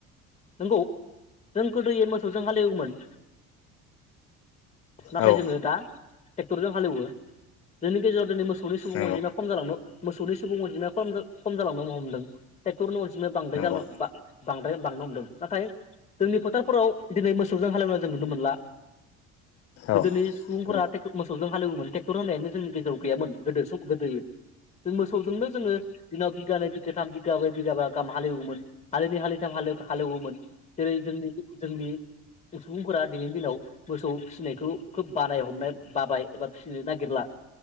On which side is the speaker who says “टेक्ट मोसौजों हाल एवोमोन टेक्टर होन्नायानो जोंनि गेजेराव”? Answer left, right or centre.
Left